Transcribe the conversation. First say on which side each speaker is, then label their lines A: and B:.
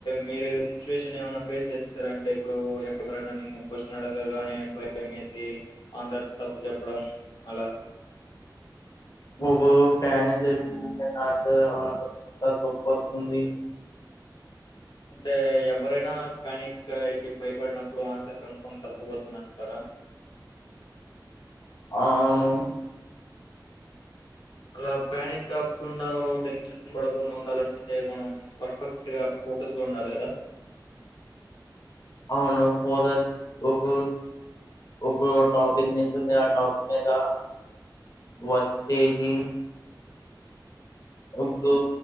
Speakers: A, on the left; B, on the left.
A: మీరు సిచ్యువేషన్ ఏమన్నా ఫేస్ చేస్తారంటే ఇప్పుడు ఎవరనా నిన్న క్వశ్చన్ అడగగానే భయం వేసి ఆన్సర్ తప్పు చెప్పడం అలా
B: నువ్వు పానిక్ చె కా తొప్పు వస్తుంది
A: అంటే ఎవరైనా ప్యానిక్ భయపడినప్పుడు ఆన్సర్ కన్ఫాంగ్ తప్పు పోతుందంటారా
B: ఆ అవును
A: అలా ప్యానిక్ కాకుండా టెన్షన్ పడకుండా ఉండాలంటే మనం పర్ఫెక్ట్ గా ఫోకస్గా ఉండాలి కదా
B: అవును ఫో ఒక ఒక టాపిక్ నుంది ఆ టాపిక్ మీద వచ్చేసి ఇప్పుడు